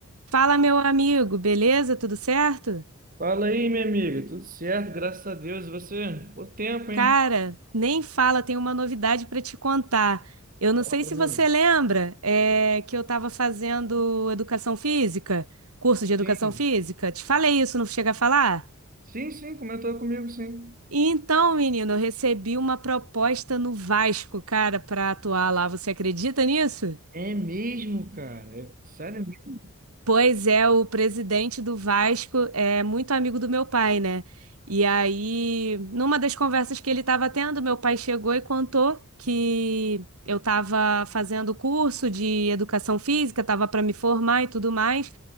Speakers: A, on the right (about 85°); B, on the right (about 40°).
A: Fala, meu amigo, beleza? Tudo certo?
B: Fala aí, minha amiga. Tudo certo, graças a Deus. E você? O tempo, hein?
A: Cara, nem fala, tem uma novidade para te contar. Eu não
B: Fala
A: sei
B: pra
A: se
B: mim.
A: você lembra, é, que eu estava fazendo educação física, curso de educação
B: Sim.
A: física. Te falei isso, não chega a falar?
B: Sim, sim, comentou comigo, sim.
A: Então, menino, eu recebi uma proposta no Vasco, cara, para atuar lá. Você acredita nisso?
B: É mesmo, cara? É sério mesmo?
A: Pois é, o presidente do Vasco é muito amigo do meu pai, né? E aí, numa das conversas que ele estava tendo, meu pai chegou e contou que eu estava fazendo curso de educação física, estava para me formar e tudo mais.